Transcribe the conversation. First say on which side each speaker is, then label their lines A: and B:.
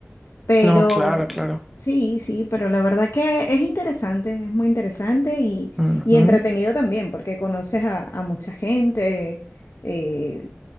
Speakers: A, on the left (about 70°); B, in the centre.
A: Pero
B: No, claro, claro.
A: sí, sí, pero la verdad que es interesante, es muy interesante y,
B: Ujú,
A: y entretenido también, porque conoces a, a mucha gente, eh,